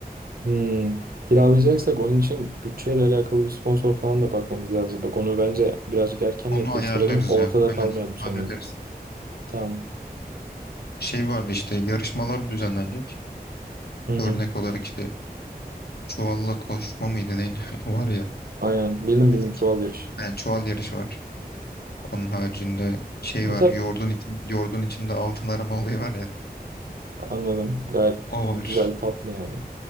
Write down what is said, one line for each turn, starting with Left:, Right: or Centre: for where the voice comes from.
Right: Hmm. Kiralayacaksak onun için bütçeyle alakalı bir sponsor falan da bakmamız lazım. Bak onu bence birazcık erken
Left: Onu
Right: netleştirelim.
Left: ayarlarız
Right: Ortada
Left: ya aynen
Right: kalmayalım sonra.
Left: hallederiz.
Right: Tamam.
Left: Şey vardı işte yarışmalar düzenlenecek.
Right: Hı hı.
Left: Örnek olarak işte çuvalla koşma mıydı neydi <laughs> o var ya.
Right: Aynen. Bildim
Left: Meslek.
Right: bildim çuval yarışı.
Left: Yani çuval yarışı var. Onun haricinde şey
Right: Bu
Left: var
Right: tarz
Left: yoğurdun, için, yoğurdun içinde altın arama olayı var ya.
Right: anladım. Gayet
Left: O
Right: güzel
Left: var.
Right: tatlı yani.